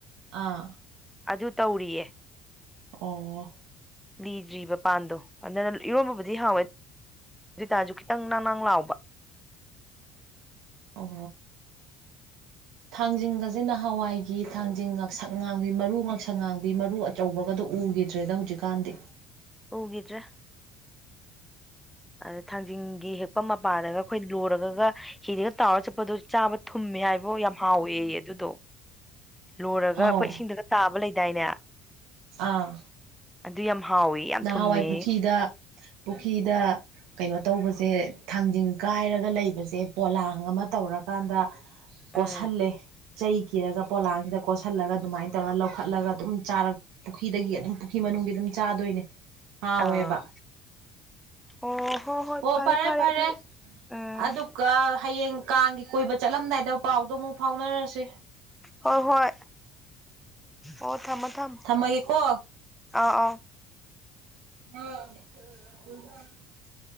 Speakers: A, on the right (about 70°); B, in the centre.
A: ꯑꯥ
B: ꯑꯗꯨ ꯇꯧꯔꯤꯌꯦ꯫
A: ꯑꯣ
B: ꯂꯤꯗ꯭ꯔꯤꯕ ꯄꯥꯟꯗꯣ ꯑꯗꯨꯅ ꯏꯔꯣꯝꯕꯕꯨꯗꯤ ꯍꯥꯎꯋꯦ꯫ ꯑꯗꯨꯇꯥꯁꯨ ꯈꯤꯇꯪ ꯅ ꯅꯪ ꯂꯥꯎꯕ
A: ꯑꯣ ꯊꯥꯡꯖꯤꯡꯒꯁꯤ ꯅꯍꯥꯟꯋꯥꯏꯒꯤ ꯊꯥꯡꯖꯤꯡ ꯉꯥꯛꯁꯛ ꯉꯥꯡꯕꯤ ꯃꯔꯨ ꯉꯥꯛꯁꯛ ꯉꯥꯡꯕꯤ ꯃꯔꯨ ꯑꯆꯧꯕꯒꯗ ꯎ ꯎꯈꯤꯗ꯭ꯔꯦꯗ ꯍꯧꯖꯤꯛꯀꯥꯟꯗꯤ
B: ꯎꯈꯤꯗ꯭ꯔꯦ ꯑꯗ ꯊꯥꯡꯖꯤꯡꯒꯤ ꯍꯦꯛꯄ ꯃꯄꯥꯗꯒ ꯑꯩꯈꯣꯏ ꯂꯣꯏꯨꯔꯒ ꯍꯤꯗꯒ ꯇꯥꯎꯔꯒ ꯆꯠꯄꯗꯣ ꯆꯥꯕ ꯊꯨꯝꯃꯦ ꯃꯤ ꯍꯥꯏꯕꯣ ꯌꯥꯝ ꯍꯥꯎꯋꯦ ꯑꯗꯨꯗꯣ ꯂꯣꯏꯔꯒ
A: ꯑꯧ
B: ꯑꯩꯈꯣꯏ ꯏꯁꯤꯡꯗꯒ ꯇꯥꯕ ꯂꯩꯗꯥꯏꯅꯦ
A: ꯑꯥ
B: ꯑꯗꯨ ꯌꯥꯝ ꯍꯥꯎꯋꯦ ꯌꯥꯝ
A: ꯅꯍꯥꯟꯋꯥꯏ
B: ꯊꯨꯝꯃꯦ
A: ꯄꯨꯈ꯭ꯔꯤꯗ ꯄꯨꯈ꯭ꯔꯤꯗ ꯀꯩꯅꯣ ꯇꯧꯕꯁꯦ ꯁꯦ ꯊꯥꯡꯖꯤꯡ ꯀꯥꯏꯔꯒ ꯂꯩꯕꯁꯦ ꯄꯣꯂꯥꯡ ꯑꯃ ꯇꯧꯔꯀꯥꯟꯗ ꯀꯣꯠꯁꯤꯜꯂꯦ
B: ꯎꯝ
A: ꯆꯩ ꯀꯤꯔꯒ ꯄꯣꯂꯥꯡꯁꯤꯗ ꯀꯣ ꯀ ꯊꯜꯂꯒ ꯑꯗꯨꯃꯥꯏꯅ ꯇꯧꯔꯒ ꯂꯧꯈꯠꯂꯒ ꯑꯗꯨꯝ ꯆꯥꯔ ꯄꯨꯈ꯭ꯔꯤꯗꯒꯤ ꯑꯗꯨꯝ ꯄꯨꯈ꯭ꯔꯤ ꯃꯅꯨꯡꯒꯤ ꯑꯗꯨꯝ ꯆꯥꯗꯣꯏꯅꯦ ꯑ ꯑꯣꯏꯌꯦꯕ
B: ꯑꯥ ꯑꯣ ꯍꯣ ꯍꯣꯏ
A: ꯑꯣ ꯐꯔꯦ ꯐꯔꯦ
B: ꯑꯗꯨ ꯎꯝ
A: ꯑꯗꯨꯒ ꯍꯌꯦꯡ ꯀꯥꯡꯒꯤ ꯀꯣꯏꯕ ꯆꯠꯂꯝꯗꯥꯏꯗ ꯄꯥꯎꯗꯣ ꯑꯃꯨꯛ ꯐꯥꯎꯅꯔꯁꯤ
B: ꯍꯣꯏ ꯍꯣꯏ ꯑꯣ ꯊꯝꯃꯣ ꯊꯝꯃꯣ
A: ꯊꯃꯒꯦ ꯀꯣ
B: ꯑꯥ ꯑꯥꯎ
A: ꯑ